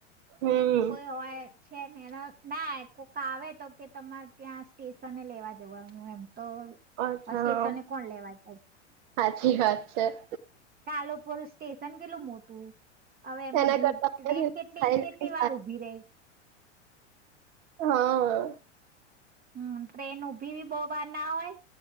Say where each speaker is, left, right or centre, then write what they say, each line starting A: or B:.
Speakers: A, on the right; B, on the right.
A: હમ.
B: કોઈ હોય છે ને એ ના કોક આવે તો કે તમારે ત્યાં સ્ટેશને લેવા જવાનું એમ તો
A: અચ્છા
B: સ્ટેશને
A: હા
B: કોણ લેવા જાય.
A: સાચી વાત છે.
B: કાલુપુર સ્ટેશન કેટલું મોટું હવે એમાં
A: એના
B: ભીડ
A: કરતા
B: ટ્રેન
A: ખાઈ
B: કેટલી કેટલી વાર ઉભી ર
A: હા હા.
B: હમ ટ્રેન ઉભી બી બહ બાર ના હોય